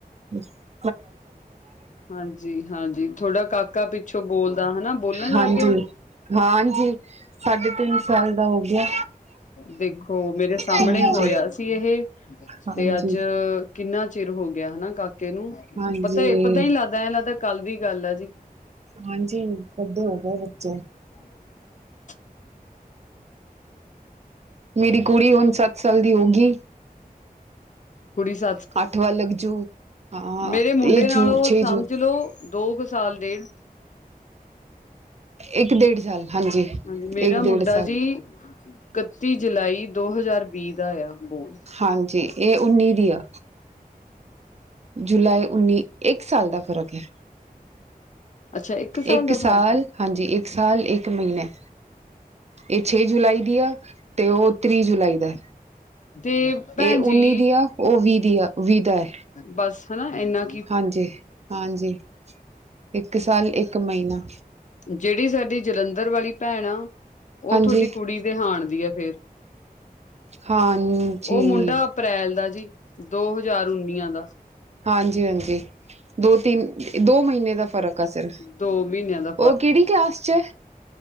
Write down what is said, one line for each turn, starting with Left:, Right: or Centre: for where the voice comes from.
Right: ਹਮ
Left: ਹਾਂਜੀ, ਹਾਂਜੀ ਤੁਹਾਡਾ ਕਾਕਾ ਪਿੱਛੋਂ ਬੋਲਦਾ ਹਨਾ। ਬੋਲਣ
Right: ਹਾਂਜੀ
Left: ਲੱਗ ਗਿਆ।
Right: ਹਾਂਜੀ, ਸਾਢੇ ਤਿੰਨ ਸਾਲ ਦਾ ਹੋ ਗਿਆ
Left: 'ਦੇਖੋ ਮੇਰੇ ਸਾਹਮਣੇ
Right: ਹਾਂਜੀ
Left: ਹੋਇਆ ਸੀ ਇਹ
Right: ਹਾਂਜੀ
Left: ਤੇ ਅੱਜ ਕਿੰਨਾ ਚਿਰ ਹੋ ਗਿਆ ਹਨਾ ਕਾਕੇ ਨੂੰ,
Right: ਹਾਂਜੀ
Left: ਪਤਾ-ਪਤਾ ਹੀ ਲੱਗਦਾ ਐ ਲੱਗਦਾ, ਕੱਲ ਦੀ ਗੱਲ ਆ ਜੀ।
Right: ਹਾਂਜੀ, ਵੱਡੇ ਹੋ ਗਏ ਬੱਚੇ।
Left: <inaudible>
Right: ਮੇਰੀ ਕੁੜੀ ਹੁਣ, ਸੱਤ ਸਾਲ ਦੀ ਹੋ ਗਈ।
Left: ਕੁੜੀ ਸ
Right: ਅੱਠ ਵਾ ਲਗ ਜੂ। ਹਾਂ,
Left: ਮੇਰੇ ਮੁੰਡੇ
Right: ਇਹ
Left: ਨਾਲੋਂ
Right: ਜੋ ਛੇ
Left: ਸਮਝ
Right: ਜੌ
Left: ਲੋੋ ਦੋ ਕੁ ਸਾਲ ਡੇਢ
Right: ਇੱਕ ਡੇਢ ਸਾਲ
Left: ਹਾਂਜੀ
Right: ਇੱਕ
Left: ਮੇਰਾ ਮੁੰਡਾ
Right: ਡੇਢ ਸਾਲ
Left: ਜੀ ਕੱਤੀ ਜੁਲਾਈ ਦੋ ਹਜ਼ਾਰ ਵੀਹ ਦਾ ਆ ਬੋਰਨ।
Right: ਹਾਂਜੀ ਇਹ ਉੱਨੀ ਦੀ ਆ। ਜੁਲਾਈ ਉੱਨੀ, ਏੱਕ ਸਾਲ ਦਾ ਫ਼ਰਕ ਹੈ।
Left: ਅੱਛਾ ਇੱਕ
Right: ਏਕ
Left: ਦਾ ਫ਼ਰਕ
Right: ਸਾਲ
Left: ਆ
Right: ਹਾਂਜੀ, ਏਕ ਸਾਲ, ਏਕ ਮਹੀਨੇ। ਏ ਛੇ ਜੁਲਾਈ ਦੀਆ, ਤੇ ਔ ਤ੍ਰੀਹ ਜੁਲਾਈ ਦਾ।
Left: ਤੇ ਭੈਣ
Right: ਏ
Left: ਜੀ
Right: ਉੱਨੀ ਦੀਆ, ਔ ਵੀਹ ਦੀ ਆ, ਵੀਹ ਦਾ ਐ।
Left: ਬਸ, ਹਨਾ ਏਨਾ
Right: ਹਾਂਜੀ-ਹਾਂਜੀ, ਏਕ ਸਾਲ, ਏਕ ਮਈਨਾ।
Left: ਜੜੀ ਸਾਡੀ ਜਲੰਧਰ ਵਾਲੀ ਪੈਣ ਆ, ਔ
Right: ਹਾਂਜੀ
Left: ਥੋਡੀ ਕੁੜੀ ਦੇ ਹਾਣ ਦੀ ਆ ਫੇਰ
Right: ਹਾਂਜੀ
Left: ਔ ਮੁੰਡਾ ਅਪ੍ਰੈਲ ਦਾ ਜੀ। ਦੋ-ਹਜ਼ਾਰ ਉੱਨੀਆਂ ਦਾ।
Right: ਹਾਂਜੀ-ਹਾਂਜੀ, ਦੋ-ਤਿੰਨ, ਦੋ ਮਹੀਨੇ ਦਾ ਫਰਕ ਆ ਸਿਰ।
Left: ਦੋ ਮਹੀਨਿਆਂ ਦਾ
Right: ਔ ਕੇੜੀ ਕਲਾਸ ਚ ਐ।